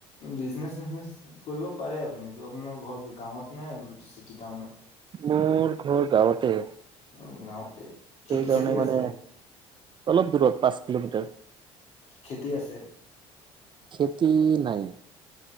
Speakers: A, on the left; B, on the right.
A: বিজনেচ চিজনেচ কৰিব পাৰে আপুনি তো আপোনাৰ ঘৰ গাঁৱত নে চিটি টাউনত
B: মোৰ ঘৰ গাঁৱতে
A: উম গাঁৱতে খেতি
B: সেই কাৰণে
A: চেতি
B: মানে
A: আছে
B: অলপ দূৰত পাঁচ কিলোমিটাৰ
A: খেতি আছে
B: খেতি নাই